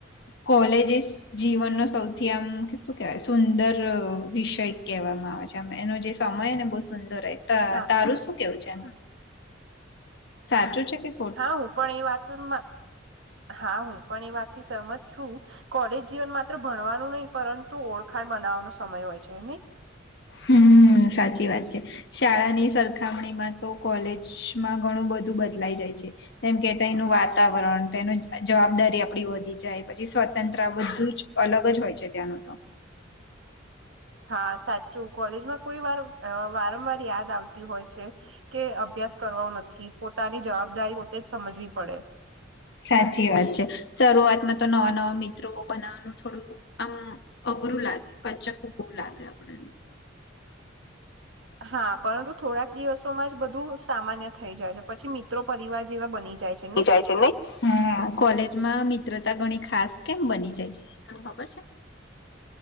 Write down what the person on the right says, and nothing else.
હા
હા હું પણ એ વાતનમાં હા હું પણ એ વાતથી સહમત છું કોલેજ જીવન માત્ર ભણવાનું નહી પરં તું ઓળખાણ બનાવવાનો સમય હોય છે નઈ
હા સાચું કોલેજમાં કોઈ વાર વારંવાર યાદ આવતી હોય છે. કે અભ્યાસ કરવો નથી પોતાની જવાબદારી પોતે જ સમજવી પડે.
હા પરંતુ થોડાક દિવસોમાં જ બધું સામાન્ય થઈ જાય છે પછી મિત્રો પરિવાર જેવા બની જાય છે નહી.